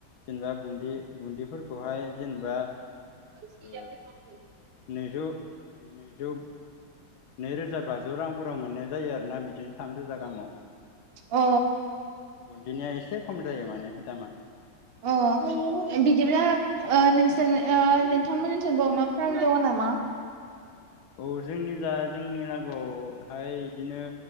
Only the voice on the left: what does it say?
जेनेबा बुन्दि बुन्दिफोरखौहाय जेनेबा
ओ नैजौ नैजौ नैरोजा बाजौ रांफोराव मोननाय जायो आरोना बिदिनो थामरोजा गाहामाव
बुन्दिनिया एसे खम जायो माने दामा ।
<unintelligible> औ जोंनि जा जोंनि लागोआवहाय बिदिनो